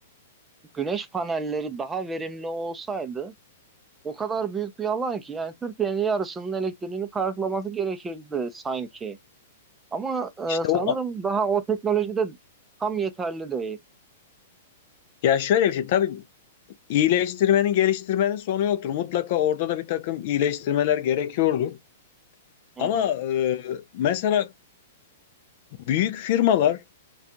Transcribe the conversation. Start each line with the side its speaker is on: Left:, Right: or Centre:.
Right: güneş panelleri daha verimli olsaydı o kadar büyük bir alan ki yani Türkiye'nin yarısının elektriğini karşılaması gerekirdi sanki. Ama e,
Left: İşte
Right: sanırım
Left: o
Right: daha o teknolojide tam yeterli değil.
Left: ya şöyle bir şey tabii İyileştirmenin geliştirmenin sonu yoktur. Mutlaka orada da bir takım iyileştirmeler gerekiyordur.
Right: Hı
Left: Ama
Right: hı,
Left: e, mesela büyük firmalar